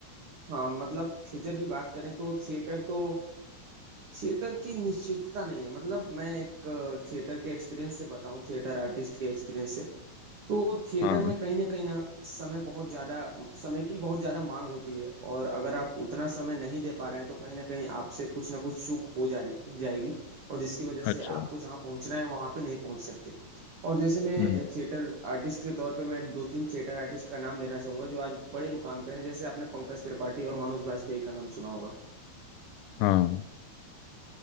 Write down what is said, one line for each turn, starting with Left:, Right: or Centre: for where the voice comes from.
Right: हाँ मतलब फ्यूचर की बात करें तो थिएटर तो थिएटर की निश्चितता नहीं है मतलब मैं एक थिएटर के एक्सपीरियंस से बताऊं थिएटर आर्टिस्ट के एक्सपीरियंस से तो थिएटर
Left: हाँ
Right: में कहीं ना कहीं ना समय बहुत ज्यादा समय की बहुत ज्यादा मांग होती है और अगर आप उतना समय नहीं दे पा रहे हैं तो कहीं ना कहीं आपसे कुछ ना कुछ चूक हो जा रही जाएगी और जिसकी वजह
Left: अच्छा
Right: से आपको जहाँ पहुंचना है वहां पे नहीं पहुंच सकते और जैसे मैं
Left: हम्म
Right: थिएटर आर्टिस्ट के तौर पे मैं दो तीन थिएटर आर्टिस्ट का नाम लेना चाहूंगा जो आज बड़े मुकाम पे है जैसे आपने पंकज त्रिपाठी और मनोज बाजपेयी का नाम सुना होगा
Left: हाँ